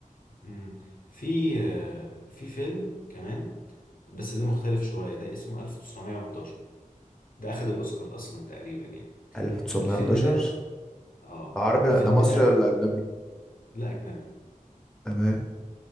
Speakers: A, on the left (about 80°); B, in the centre.
A: مم، في آه، في فيلم كمان بس ده مختلف شوية ده اسمه 1911 ده اخد الاوسكار اصلا تقريبا يعني
B: 1911
A: الفيلم ده اه
B: عربي
A: الفيلم
B: ده مصري
A: ده
B: ولا اجنبي
A: لا أجنبي
B: تمام